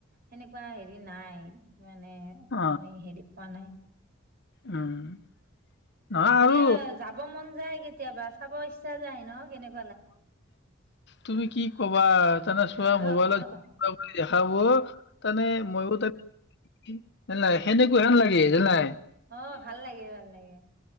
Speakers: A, on the right; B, on the left.
A: সেনেকুৱা হেৰি নাই মানে
B: অ
A: মই হেৰি পোৱা নাই।
B: উম। নহয়
A: এনে
B: আৰু
A: যাব মন যায় কিত তিয়াবা চাব ইচ্ছা যায় ন কেনেক
B: তুমি কি কবা, তানে চোৱা
A: অ
B: মোবাইলত <unintelligible> বুলি দেখাব, তানে মইও তেনে <unintelligible> মিলাই। সেনেকুৱা হেন লাগে জানাই।
A: অ ভাল লাগে, ভাল লাগে।